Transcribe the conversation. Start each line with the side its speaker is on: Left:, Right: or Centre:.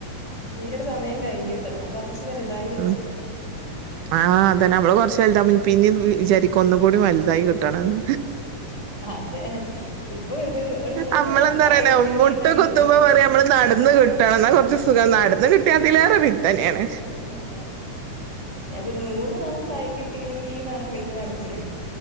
Left: ഈ ഒരു സമയം കഴിഞ്ഞിട്ടണം കൊറച്ച് വലുതായി കിട്ടണം.
Right: ഉം ആഹ് അതന്നെ നമ്മള് കുറച്ച് വലുതായി പിന്നീ വിചാരിക്കും ഒന്നും കൂടി വലുതായി കിട്ടണംന്ന്.
Left: അതെ ഇപ്പൊ കരുതൊരു ഒരു മൂന്ന്
Right: നമ്മളെന്താ
Left: മാസം
Right: പറയാന്നറിയോ
Left: ആയിരുന്നെങ്കി
Right: മുട്ട്
Left: എന്നാ കരുതണേ
Right: കു ത്തുമ്പ പറിം നമ്മള് നടന്ന് കിട്ടണം
Left: ആഹ്
Right: എന്നാ കുറച്ച് സുഖം നടന്ന് കിട്ടിയ അതിലേറെ പിത്തന്നെയാണ്.
Left: ഉം ഞാൻ വിട്ട്. ഒരു മൂന്ന് മാസം ആയി കിട്ടീനെങ്കിന്നാണ്പ്പ ന്റെ മനസ്സില്.